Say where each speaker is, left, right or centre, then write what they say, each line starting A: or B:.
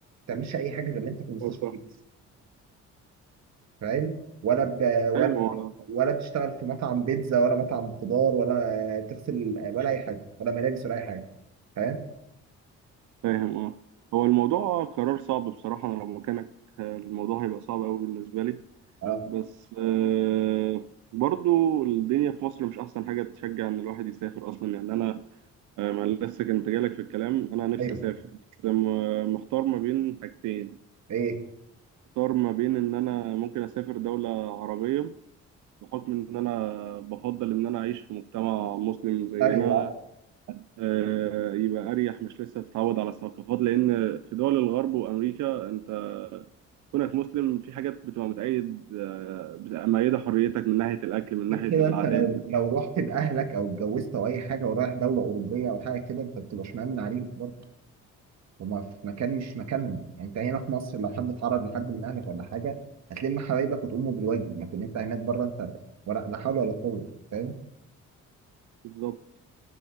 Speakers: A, on the right (about 60°); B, on the right (about 75°).
A: بتعملش اي حاجه غير اللي انت في المستشفى
B: أه، فا-
A: دي بس فاهم ولا ب... ولا
B: فاهم اه
A: ولا تشتغل في مطعم بيتزا ولا مطعم خضار ولا تغسل ولا اي حاجه ولا ملابس ولا اي حاجه فاهم
B: فاهم اه هو الموضوع قرار صعب بصراحة انا لو مكانك آه، الموضوع هيبقى صعب قوي بالنسبة لي
A: اه
B: بس آه، برضو الدنيا في مصر مش احسن حاجة تشجع ان الواحد يسافر اصلا يعني انا آه، ما لسه كنت جالك في الكلام انا نفسي
A: ايوه
B: اسافر بس م- محتار ما بين حاجتين
A: ايه
B: محتار ما بين ان انا ممكن اسافر دولة عربية بحكم إن أنا بفضل إن أنا أعيش في مجتمع مسلم زينا
A: فرق
B: آه، يبقى أريح مش لسه تتعود على ثقافات لأن في دول الغرب وأمريكا أنت كونك مسلم في حاجات بتبقى متأيد آه، بتبقى مأيدة حريتك من ناحية الأكل من
A: غير
B: ناحية
A: كده
B: العادات
A: انت لو لو رحت باهلك او اتجوزت او اي حاجه ورايح دوله اوروبيه او حاجه كده انت بتبقاش مأمن عليك برضه هما في مكان مش مكانهم يعني انت هنا في مصر لو حد اتعرض لحد من اهلك ولا حاجه هتلم حبايبك وتقوموا بالواجب لكن انت هناك بره انت ولا لا حول ولا قوه فاهم
B: بالظبط